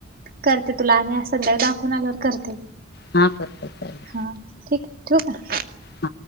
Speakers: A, on the right (about 50°); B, on the left (about 55°).
A: करते तुला आणि अस संध्या दाखवून आल्यावर करते.
B: हा करतो चालेल
A: हा ठीक आहे ठेऊ का.
B: हा